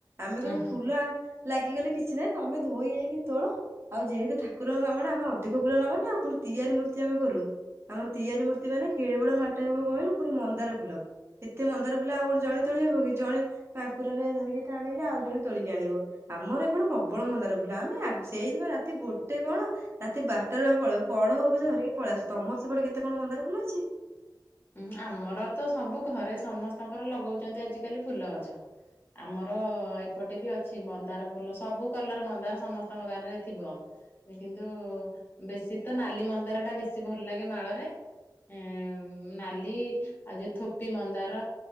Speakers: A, on the right; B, on the left.
A: ଆମେ
B: ଅ
A: କଇବୁ ଫୁଲା ଲାଗିଗଲେ କି କିଛି ନାଇଁ ତମେ ଧୋଇ ହେଇକି ତୋଳ ଆଉ ଯେହେତୁ ଠାକୁରଙ୍କ କାମ ଆମେ ଅଧିକ ଫୁଲ ନବା ନା ଆଉ ପୁଣି ତିଆରି ମୂର୍ତ୍ତି ଆମେ କରୁ ଆମର। ତିଆରି ମୂର୍ତ୍ତି ମାନେ କେଡେ ବଡ ମାଲଟ ହବ କହିଲେ ପୁଣି ମନ୍ଦାର ଫୁଲ ଏତେ ମନ୍ଦାର ଫୁଲ ଆଉ କଣ ଜଣେ ତୋଳି ହବ କି ଜଣେ ଆଙ୍କୁରାରେ ଧରିକି ଆଣିଲେ ଆଉ ଜଣେ ତୋଳିକି ଆଣିବ ଆମର ଏପଟେ ପ୍ରବଳ ମନ୍ଦାର ଫୁଲ ଆମେ ସେଇଥିପାଇଁ ରାତି ଗୋଟେ କଣ ରାତି ବାରଟାରୋରୁ ପଳେଇବ କଡ ହଉ ପଛା ଧରିକି ପଳେଇ ଆସୁ ତମର ସେପଟେ କେତେ କେତେ କଣ ମନ୍ଦର ଫୁଲ ଅଛି।
B: ଉଁ ଆମର ତ ସବୁ ଘରେ ସମସ୍ତଙ୍କର ଲଗାଉଛନ୍ତି ଆଜିକାଲି ଫୁଲ ଗଛ ଆମର ଏପଟେ ବି ଅଛି ମନ୍ଦାର ଫୁଲ ସବୁ କଲର ମନ୍ଦାର ସମସ୍ତଙ୍କ ବାରରେ ଥିବ କିନ୍ତୁ ବେଶୀ ତ ନାଲି ମନ୍ଦାର ଟା ବେଶୀ ଭଲ ଲାଗେ ମାଳରେ ଏ ନାଲି ଆଉ ଯୋଉ ଥୋପି ମନ୍ଦାର